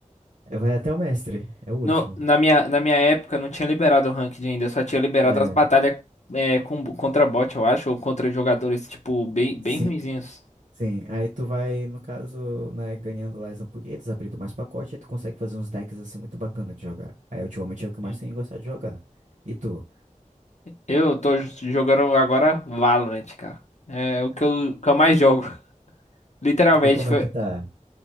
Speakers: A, on the right; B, on the left.
A: eu- Vai até o mestre, é o último.
B: No- na minha, na minha época não tinha liberado o ranked ainda, só tinha liberado
A: É.
B: as batalhas é, com, contra bot, eu acho, ou contra jogadores, tipo, bem, bem
A: Sim.
B: ruinzinhos.
A: Sim, aí tu vai, no caso, né, ganhando lá as ampulhetas, abrindo mais pacote, aí tu consegue fazer uns decks assim muito bacana de jogar. Aí ultimamente é o que eu
B: Sim.
A: mais tenho gostado de jogar. E tu?
B: Eu tô j- jogando agora Valorant, cara. É o que eu, que eu mais jogo. <laughs> Literalmente,
A: E como
B: foi,
A: é que tá?